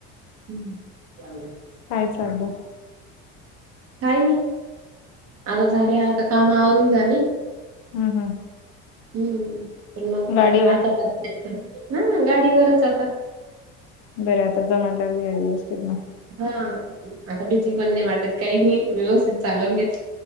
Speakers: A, on the right; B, on the left.
A: हम्म.
B: काय चाललं?
A: काय नाही आता झाली आता कामा आवरून झाली.
B: हम्, हम्,
A: हम्म, पण मग
B: गाडीवर
A: आध <unintelligible> ना गाडीवरच आता
B: बरे आता जमायला लागले गाडी व्यवस्थित ना.
A: हां, आता भीती पण नाही वाटत काही नाही व्यवस्थित चालवून घेते